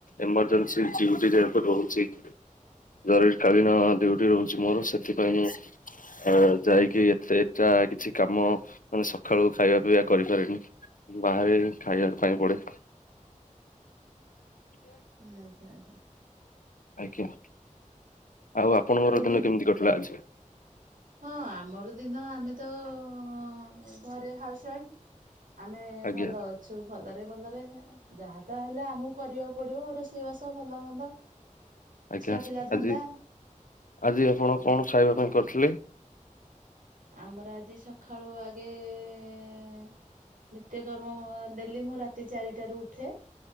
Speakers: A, on the left; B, on the right.
A: ଏ ମାନେ ସେ ରହୁଛି ଜରୁରୀ କାଳୀନ ଡ୍ୟୁଟି ରହୁଛି ମୋର ସେଥିକି ମାନେ ସେ ଆ ଯାଇକି ଏତେ ଏଟା କିଛି କାମ ମାନେ ସକାଳୁ ଖାଇବା ପିଇବା କରିକିଆଣିଲି। ବାହାରେ ଖାଇବା ପାଇଁ ପଡେ଼।
B: ଆଚ୍ଛା ଆଚ୍ଛା।
A: ଆଜ୍ଞା ଆଉ ଆପଣଙ୍କର
B: କୋଉଠୁ
A: ଦିନ କେମିତି କଟିଲା ଆଜି?
B: ହଁ ଆମର ଦିନ ଆମେ ତ ଘରେ ଅ ହାଉସ ୱାଇଫ। ଆମେ
A: ଆଜ୍ଞା
B: ଭଲ ଅଛୁ, ଭଲ ରେ ଭଲରେ ଯାହା ତାହାହଲେ ଆମକୁ କରିବାକୁ ପଡିବ ରୋଷେଇବାସ ଭଲ ମନ୍ଦ।
A: ଆଜ୍ଞା
B: ଛୁଆ ପିଲା ଧନ୍ଦା
A: ଆଜି ଆଜି ଆପଣ କଣ ଖାଇବା ପାଇଁ କରିଥିଲେ?
B: ଆମର ଆଜି ସକାଳୁ ଆଗେ ଏ ନିତ୍ୟକର୍ମ ଡେଲି ମୁଁ ରାତି ଚାରିଟାରୁ ଉଠେ।